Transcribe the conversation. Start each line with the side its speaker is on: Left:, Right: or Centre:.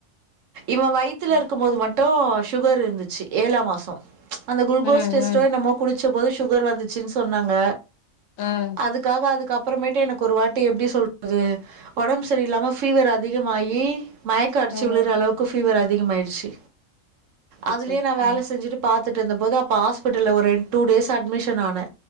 Right: இவ வயித்துல
Left: ம்
Right: இருக்கும்போது மட் டு சுகர் இருந்துச்சு ஏழா மாசோ அந்த குல்கோஸ்
Left: ம்
Right: ஜெஸ்டோ என்னமோ குடி ச்சம்போது சுகர் வந்துச்சின்னு சொன்னாங்க
Left: ம்
Right: அதுக்காக அதுக்கப் அப்புறமேட்டு எனக்கு ஒரு வாட்டி எப்டி சொல்றது ஒடம்பு சரியில்லாம ஃபீவர் அதிகமாகி மயக்க அடிச்சி
Left: ம்
Right: உளுர அளவுக்கு பீவர் ஆ அதிக மாயிற்சி
Left: அச்சோ
Right: அதுலயே நா வேலை
Left: ம்
Right: செஞ்சுட்டு பாத் துண்டு இருந்தபோது அப்பா ஹா ஹாஸ்ப்பிட்டல்ல ஒரு டூ டேஸ் அட்மிஷன் ஆன